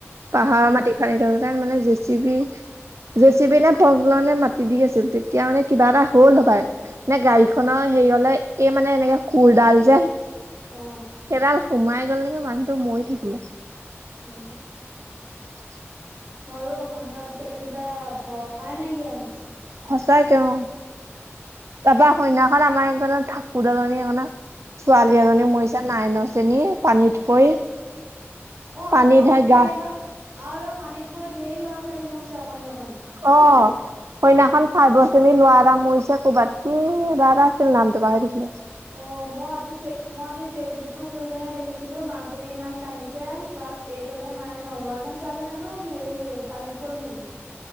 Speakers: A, on the right; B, on the right.
A: পাহাৰৰ মাটি খান্দি থাকোতে মানে J C P J C P নে <unintelligible> মাতি দি আছিল তেতিয়া মানে কিবা এটা হ'ল হ'ব পাৰে নে গাড়ীখনৰ। হেৰি হলে এই মানে এনেকে খুৰডাল যে সেইডাল
B: অ
A: সোমাই সোমাই মানুহটো মৰি থাকিলে।
B: অহ।
A: <unintelligible>
B: হয় মানুহৰ আজি কালি কিবা ভৰসাই নাইকিয়া হৈছে।
A: সঁচাকে অ তাৰ পৰা সন্যখন আমাৰ এইখনত থাকো <unintelligible> ছোৱালী
B: অ
A: এজনী
B: অ
A: মৰিছে নাইনৰ শ্ৰেনী পানীত পৰি।
B: অ আৰু
A: পানী
B: পানীত
A: ঢাই গা
B: পৰি এইবাৰ আৰু এইবাৰ পানীত পৰি ঢেৰ ল'ৰা ছোৱালী মৰিছে অকমাণি অকমাণি।
A: অ। সেইদিনাখন ফাইবৰ শ্ৰেণী ল'ৰা এটা মৰিছে ক'ৰবাত কি আছিল নামটো পাহৰি থাকিলো।
B: অ মই আজি মই আজি ফেচবুক টো খোলোতে দেখিছোঁ। দেখিলোঁ মাকজনী ইমান কান্দিছে। ক্লাছ এইট নে নাইনৰ ল'ৰা নে ছোৱালী জানো সেই পানীত পৰি মৰিলে।